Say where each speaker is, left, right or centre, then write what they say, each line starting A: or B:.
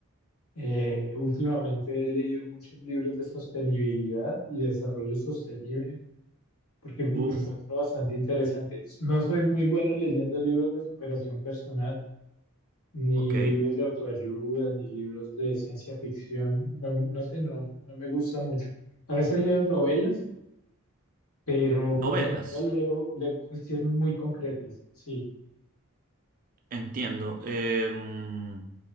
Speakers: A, on the left; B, on the right.
A: Eh, últimamente he leído muchos libros de sostenibilidad y desarrollo sostenible. porque lo
B: Uf,
A: encuentro bastante interesante. No soy muy bueno leyendo libros de superación personal, ni
B: ok.
A: libros de autoayuda, ni libros de ciencia ficción. No, no sé, no, no me gusta mucho. A veces leo novelas, pero por
B: Novelas,
A: lo general leo, leo cuestiones muy concretas. Sí,
B: entiendo. Em,